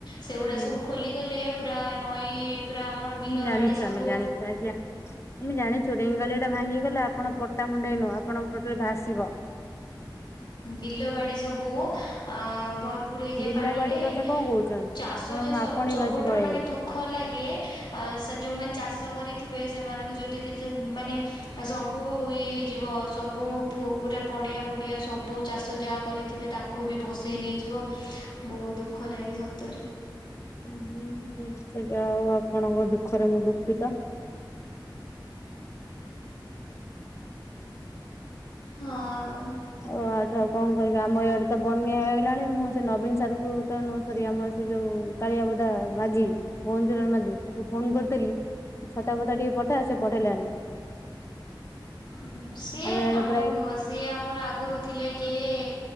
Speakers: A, on the left; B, on the left.
A: ସେଗୁଡ଼ା
B: ହୁଁ
A: ସବୁ ଖୋଲିଗଲେ ପୁରା ନଈ ପୁରା ଆମର ବିଲ
B: ମୁଁ ଜାଣିଚୁ
A: ବାଡ଼ି ସବୁ
B: ଆମେ ଜାଣିଚୁ ଆଜ୍ଞା ଆମେ ଜାଣିଚୁ ରେଙ୍ଗାଲି ଟା ଭାଙ୍ଗି ଗଲା ଆପଣ ପଟା ମୁଣ୍ଡେଇ ନୁହଁ ଆପଣଙ୍କ ଟୋଟାଲି ଭାସିବ।
A: ବିଲ ବାଡ଼ି ସବୁ ଅଁ ଭରପୁର ହେଇଯାଏ
B: ବିଲ
A: ପାଣିରେ।
B: ବାଡି କଥା କଣ କହୁଛନ୍ତି
A: ଚାଷ
B: ଆପଣ
A: ଯେ ସବୁ
B: ଆପଣ ବି
A: ସବୁଠାରୁ
B: ଭାସି ପଳେଇବେ।
A: ମାନେ ଦୁଃଖ ଲାଗେ। ଅ ସେ ଯେଉଁମାନେ ଚାଷ କରିଥିବେ। ସେମାନଙ୍କୁ ଯଦି କିଛି ମାନେ ସବୁ ଇଏ ହେଇଯିବ। ସବୁ ପୁ ଫୁଁ ପୁରା ପଡିଆ ଫଡିଆ ସବୁ ବୁ ଚାଷ ଯାହା କରିଥିବେ ତାକୁ ବି ଭସେଇ ନେଇଯିବ। ବହୁତ ଦୁଃଖ ଲାଗେ ସତରେ।
B: ହୁଁ ସେ ଯାହା ହଉ ଆପଣଙ୍କ ଦୁଃଖରେ ମୁଁ ଦୁଃଖୀତ।
A: ହଁ ଆଉ
B: ଓ ଆଠୁ ଆଉ କଣ କହିବି ଆମ ଇଆଡେ ତ ବ ନିଆ ହେଇଗଲାଣି ମୁଁ ସେ ନବୀନ ସାରଙ୍କୁ ତ ନୁହଁ ସରି ଆମର ସେ ଯୋଉ କାଳିଆ ବୋଦା ମାଝି। ମୋ ମନ୍ଦିରରେ ମାଗିବି ତାକୁ ଫୋନ କରିଥିଲି ତୁ ଛତା ଫତା ଟିକେ ପଠେଇ ଆସ ପଠେଇଲାନି।
A: ଉଁ ସିଏ
B: ଆମେ ଆଡେ
A: କାମକୁ
B: ପୁରା
A: ନୁହେଁ ସିଏ ଆମର ଆଗରୁ ଥିଲେ କିଏ